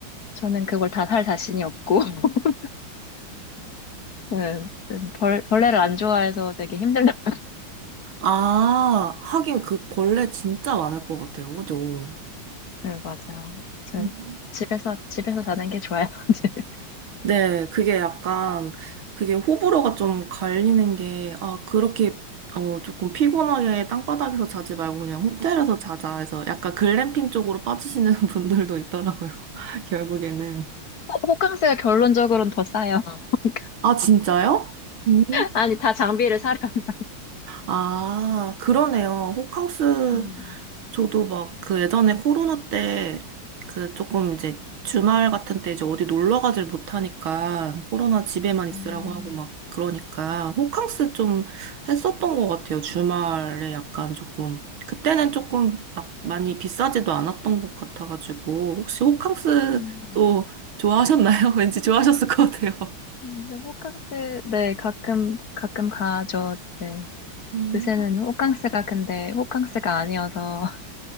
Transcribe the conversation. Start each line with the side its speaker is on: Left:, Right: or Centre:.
Left: 저는 그걸 다 살 자신이 없고, 음. <laughs> 음, 벌, 벌레를 안 좋아해서 되게 힘들다.
Right: 아 하긴 그 벌레 진짜 많을 것 같아요. 그죠?
Left: 네, 맞아요. 저
Right: 음.
Left: 집에서, 집에서 자는 게 좋아요. <laughs>
Right: 네, 그게 약간, 그게 호불호가 좀 갈리는 게, 아, 그렇게, 어, 조금 피곤하게 땅바닥에서 자지 말고 그냥 호텔에서 자자 해서 약간 글램핑 쪽으로 빠지시는 <laughs> 분들도 있더라고요, <laughs> 결국에는.
Left: 호- 호캉스가 결론적으로는 더 싸요. <laughs>
Right: 아, 진짜요? 음.
Left: 아니, 다 장비를 사려면.
Right: 아, 그러네요. 호캉스
Left: 음.
Right: 저도 막 그 예전에 코로나 때 그 조금 이제 주말 같은 때 이제 어디 놀러 가질 못하니까 코로나 집에만 있으라고
Left: 음.
Right: 하고 막 그러니까 호캉스 좀 했었던 것 같아요. 주말에 약간 조금 그때는 조금 막 많이 비싸지도 않았던 것 같아가지고 혹시 호캉스
Left: 음,
Right: 또 좋아하셨나요? <laughs> 왠지 좋아하셨을 것 같아요.
Left: 근데 호캉스, 네, 가끔, 가끔 가죠. 네.
Right: 음,
Left: 요새는 호캉스가 근데 호캉스가 아니어서 <laughs>